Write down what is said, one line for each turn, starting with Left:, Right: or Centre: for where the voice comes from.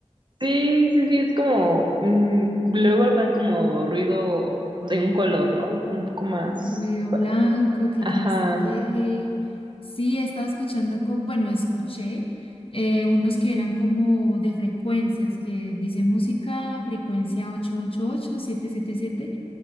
Right: Sí, sí, sí, es como, mm, luego lo ponen como ruido de un color, ¿no? Un poco más.
Left: Ruido blanco, que
Right: Ajá.
Left: yo no sé qué. Sí, he estado escuchando, co- bueno, escuché eh, unos que eran como de frecuencias, que dice música, frecuencia 888, siete